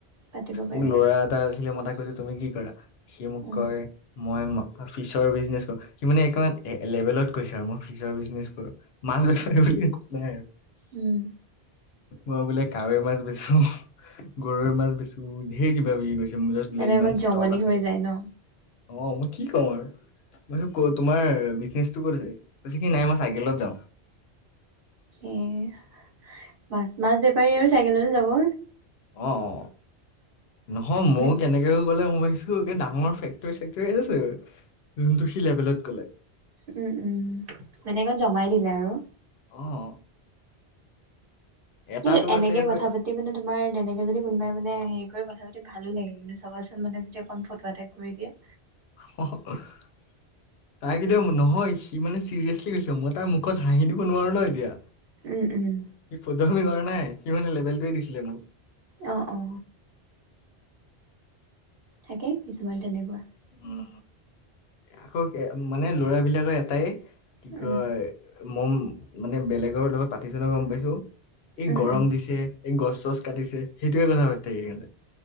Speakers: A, on the right; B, on the left.
A: পাতিব পাৰিবা
B: মোক ল'ৰা এটা আছিলে মই তাই কৈছে তুমি কি কৰা সি মোক
A: উম
B: কয়, মই ফিচৰ বিজনেছ কৰো। সি মানে এক লেভেলত কৈছে আৰু মোক ফিচৰ বিজনেছ কৰো। মাছ বেপাৰী বুলি একোৱা নাই আৰু।
A: উম।
B: মই বোলে কাৱৈৰ মাছ বেছো, গৰৈৰ মাছ বেছো ঢেইৰ কিবা কিবি কৈছে। <unintelligible> দিলে
A: মানে
B: ইমান
A: আগত জমনি
B: ষ্টক আছে।
A: হৈ যায় ন
B: অ মই কি কম আৰু, মই কৈছোঁ ক তোমাৰ বিজনেচটো ক'ত আছে? বেছিকে নাই মই চাইকেলত যাওঁ
A: এ মাছ মাছ বেপাৰী আৰু চাইকেলতে যাব
B: অ অ নহয় মোৰ
A: নে
B: কেনেকেও ক'লে মই ভাবিছো ডাঙৰ ফেক্টৰী চেক্টৰী আছে চাগৈ যোনটো সি লেভেলত ক'লে
A: উম উম মানে একণ জমাই দিলে আৰু
B: অ এটাতো
A: কি এনেকে
B: আছে আকৌ
A: কথা পাতি মানে তোমাৰ তেনেকে যদি কোনোবাই মানে হেৰি কৰি কথা পাতি ভালো লাগে কিন্তু চাবাচোন মানে যদি অকণ ফটোৱা টাইপ কৰি দিয়ে
B: <unintelligible> তাই কেতিয়া নহয় সি মানে চিৰিয়াছলি কৈছিলে মই তাই মুখত হাঁহি দিব নোৱাৰো ন এতিয়া
A: উম উম
B: সি ফটোৱামি কৰা নাই সি মানে লেবেলটোৱে দিছিলে মোক
A: অ অ থাকে কিছুমান তেনেকুৱা
B: উম আকৌ মানে কে ল'ৰা বিলাকৰ এটাই কি কয়
A: উম
B: মম মানে বেলেগৰ লগত পাতিচোনে গম পাইছো এই
A: উম
B: গৰম
A: উম
B: দিছে এই গছ চছ কাটিছে সেইটোয়ে কথা পাতি থাকে সেইকাৰণে